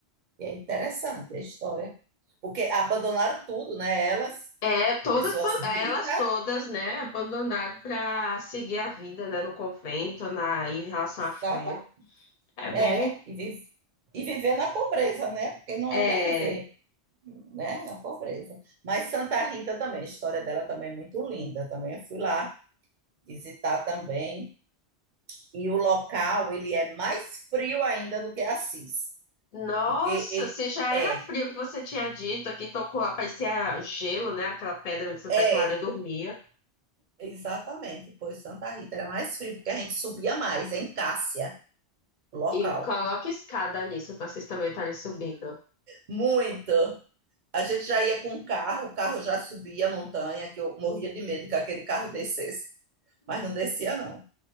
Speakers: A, on the right; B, on the left.
A: E é interessante a história, porque abandonaram tudo, né? Elas,
B: É, toda,
A: pessoas
B: fa-
A: ricas,
B: é, elas todas, né, abandonaram para seguir a vida, né, no convento, na, em relação à fé.
A: sabe?
B: É bem,
A: É, e, vi- e viver na pobreza, né? Porque não
B: é,
A: ia viver, né? Na pobreza. Mas Santa Rita também, a história dela também é muito linda. Também eu fui lá visitar também. E o local, ele é mais frio ainda do que Assis.
B: nossa,
A: Porque ele
B: se já
A: é,
B: era frio que você tinha dito, aqui tocou, parecia gelo, né, aquela pedra onde Santa
A: é,
B: Clara dormia,
A: exatamente. Pois Santa Rita era mais frio, porque a gente subia mais em Cássia, local.
B: e coloca escada nisso para vocês também estarem subindo.
A: Muito. A gente já ia com o carro, o carro já subia a montanha, que eu morria de medo que aquele carro descesse, mas não descia, não.